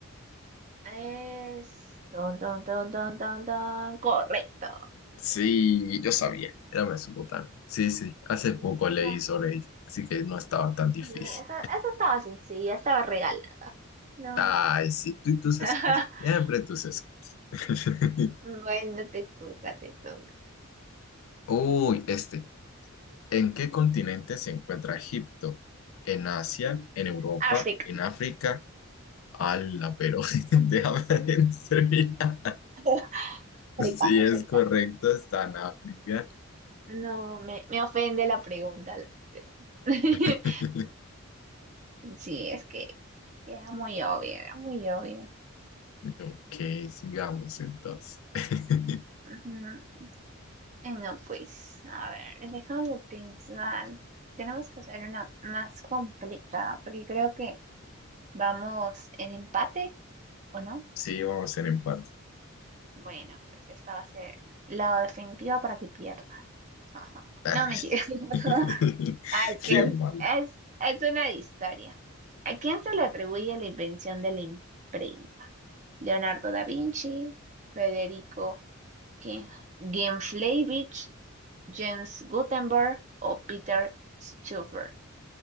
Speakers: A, on the right (about 35°); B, on the left (about 70°).
A: Es... Don, don, don, don, don, don. Correcto.
B: Sí, yo sabía. Era Mesopotamia. Sí, sí, hace
A: Lista.
B: poco leí sobre ella, así que no estaba tan difícil.
A: Sí, esa, esa estaba sencilla, estaba regalada. No.
B: Ay, sí, tú y tus
A: <laughs>
B: excusas. Siempre tus excusas. <laughs>
A: Bueno, te toca, te toca.
B: Uy, este. ¿En qué continente se encuentra Egipto? ¿En Asia? ¿En Europa?
A: África,
B: ¿En África? ¡Hala, pero <laughs> déjame terminar!
A: <laughs> África,
B: Sí, es
A: África.
B: correcto, está en África.
A: No, me, me ofende la pregunta. <laughs>
B: <laughs>
A: Sí, es que era muy obvio, era muy obvio.
B: Ok, sigamos entonces. <laughs>
A: Ujú. Y no, pues, a ver, déjame pensar. Tenemos que hacer una más complicada, porque creo que vamos en empate, ¿o no?
B: Sí, vamos en empate.
A: Bueno, pues esta va a ser la definitiva para que pierda. <laughs> Ajá.
B: Ay,
A: No, mentira. <laughs>
B: <laughs>
A: Ok,
B: Qué mal.
A: es, es una historia. ¿A quién se le atribuye la invención de la imprenta? Leonardo da Vinci, Federico King- Ginflavich, Jens Gutenberg o Peter Schuffer.